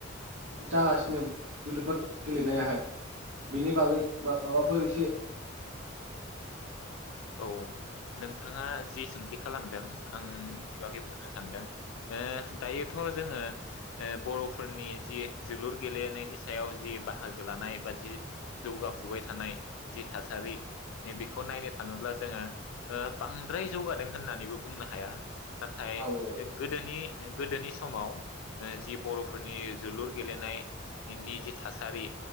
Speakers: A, on the right (about 70°); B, on the left (about 75°).
A: जागासिनो जोलुरफोर गेलेनायाहाय बेनि बागै मा-माबाफोर एसे।
B: औ नोंथाङा जि सोंथि खालामदों आं बिनि बागै बुंनो सानदों। ओ दायोथ जोङो बर'फोरनि जि जोलुर गेलेनायनि सायाव जि बाहागो लानाय बा जि जौगाफुबाय थानाय जि थासारि बेखौ नायनो थाङोब्ला जोङो ओ बांद्राय जौगादों होननानैबो बुंनो हाया। नाथाय
A: औ औ
B: गोदोनि गोदोनि समाव जि बर'फोरनि जोलुर गेलेनायनायनि जि थासारि